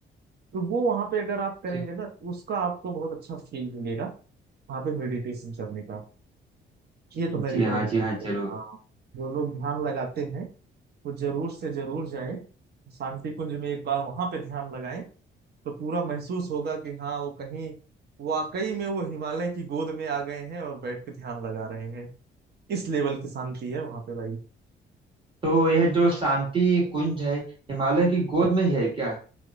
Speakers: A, on the right; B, on the right.
A: तो वो वहां पे अगर आप करेंगे
B: जी
A: ना तो उसका आपको बहुत अच्छा फील मिलेगा वहां पे मेडिटेशन करने का ये तो मैं
B: जी
A: रिकमेंड
B: हाँ जी
A: करूंगा
B: हाँ जरूर
A: हाँ जो लोग ध्यान लगाते हैं वो जरूर से जरूर जाएं शांति कुंज में एक बार वहां पे ध्यान लगाएं तो पूरा महसूस होगा कि हाँ वो कहीं वाकई में वो हिमालय की गोद में आ गए हैं और बैठ के ध्यान लगा रहे हैं इस लेवल की शांति है वहां पे भाई
B: तो यह जो शांति कुंज है हिमालय की गोद में ही है क्या